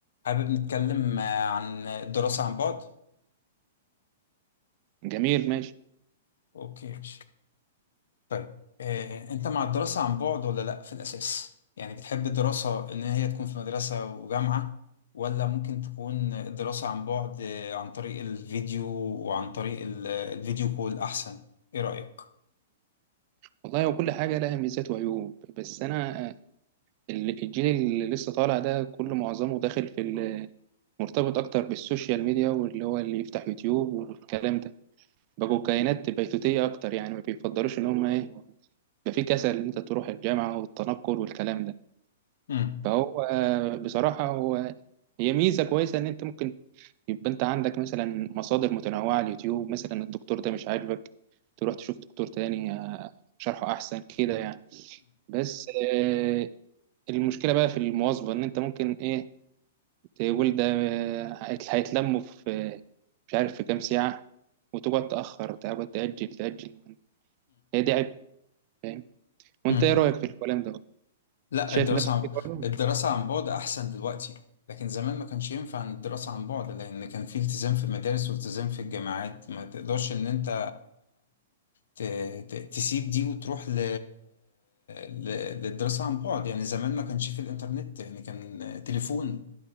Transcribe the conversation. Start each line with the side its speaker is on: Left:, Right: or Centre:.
Left: حابب نتكلم آه، عن الدراسة عن بعد؟
Right: جميل ماشي
Left: أوكي ماشي طيب آه، أنت مع الدراسة عن بعد ولا لأ في الأساس؟ يعني بتحب الدراسة إن هي تكون في مدرسة وجامعة ولا ممكن تكون الدراسة عن بعد آه، عن طريق الفيديو وعن طريق ال- الفيديو كول أحسن؟ إيه رأيك؟
Right: والله وكل حاجة لها ميزات وعيوب بس أنا ال- الجيل اللي لسه طالع ده كله معظمه داخل في ال- مرتبط اكتر بالسوشيال ميديا واللي هو اللي يفتح يوتيوب والكلام ده بقوا كائنات بيتوتية اكتر يعني ما بيفضلوش ان هم ايه يبقى في كسل ان انت تروح الجامعة والتنقل والكلام ده
Left: امم
Right: فهو آه، بصراحة هو هي ميزة كويسة ان انت ممكن يبقى انت عندك مثلا مصادر متنوعة على اليوتيوب مثلا الدكتور ده مش عاجبك تروح تشوف دكتور تاني آه، شرحه احسن كده يعني بس آه، المشكلة بقى في المواظبة ان انت ممكن ايه تقول ده هيت- هيتلموا في مش عارف في كام ساعة وتقعد تأخر تقعد تأجل تأجل هي دي عيب فاهم وأنت
Left: امم
Right: إيه رأيك في الكلام ده؟
Left: لا
Right: شايف
Left: الدراسة
Right: نفسك
Left: عن
Right: كده برضه ولا
Left: الدراسة عن بعد أحسن دلوقتي لكن زمان ما كانش ينفع إن الدراسة عن بعد لأن كان في التزام في المدارس والتزام في الجامعات ما تقدرش إن أنت ت... ت... تسيب دي وتروح ل... ل... للدراسة عن بعد يعني زمان ما كانش في الإنترنت يعني كان تليفون